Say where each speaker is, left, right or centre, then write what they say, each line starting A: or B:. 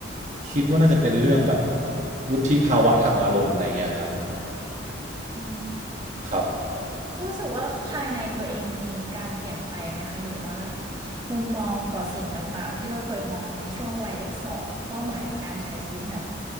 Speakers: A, on the right; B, on the right.
A: คิดว่าน่าจะเป็นเรื่องแบบวุฒิภาวะทางอารมณ์อะไรเงี้ยฮะ
B: อืม
A: ครับ
B: รู้สึกว่าภายในตัวเองมีการเปลี่ยนไปไหมคะหรือว่ามุมมองต่อสิ่งต่างๆที่เราเคยมองในช่วงวัยเลขสองเป้าหมายในการใช้ชีวิตน่ะ